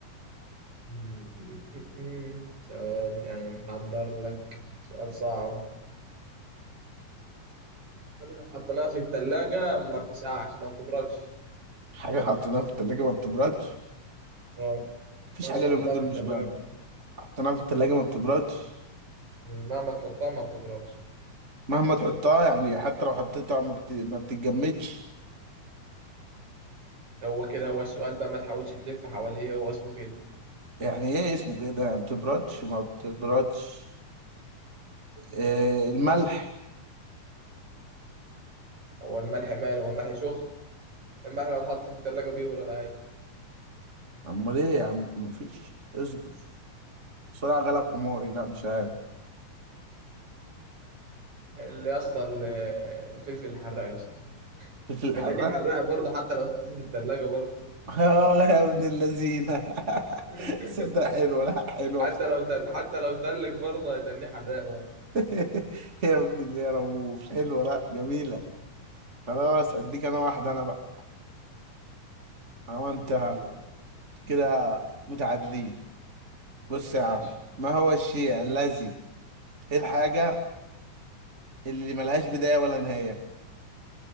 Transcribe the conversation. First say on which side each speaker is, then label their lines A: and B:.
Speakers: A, on the right; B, on the right.
A: م- م- م- م. سؤال يعني محضر لك سؤال صعب حاجة لو حطيناها في التلاجة ما بتسقعش ما بتبردش
B: حاجة حطيناها في التلاجة ما بتبردش
A: اه
B: مفيش
A: مهما
B: حاجة
A: تحطها
B: اليومين دول
A: في التلاجة
B: مش باردة حطيناها في التلاجة ما بتبردش
A: م، مهما تحطها ما بتبردش
B: مهما تحطها يعني حتى لو حطيتها ما, بت... ما بتتجمدش
A: هو كده هو السؤال بقى ما تحاولش تلف حواليه هو اسمه كده
B: يعني ايه اسمه كده يعني ما بتبردش ما بتبردش إيه الملح
A: هو الملح ماله هو الملح سخن الملح لو اتحط في التلاجة بيبرد عادي
B: امال ايه يا عم مفيش اصبر بسرعة غلب حماري لا مش عارف
A: اللي يا اسطى ال- الفلفل الحراق يا اسطى
B: فلفل الحراق
A: هيتقال لي حراق برضه حتى لو اتحط في التلاجة برضه
B: <laughs> اه يا ابن اللذينة <laughs>
A: <laughs>
B: صدق حلوة لا حلوة
A: حتى
B: بصراحة.
A: لو تل... حتى لو تلك برضه هيتني حراق ورا
B: <laughs> يا ابن اللي يا رؤوف حلوة لا جميلة خلاص اديك انا واحده انا بقى هو انت
A: اديني واحد
B: كده متعادلين بص
A: ماشي
B: يا عم ما هو الشيء الذي ايه الحاجه اللي ملهاش بدايه ولا نهايه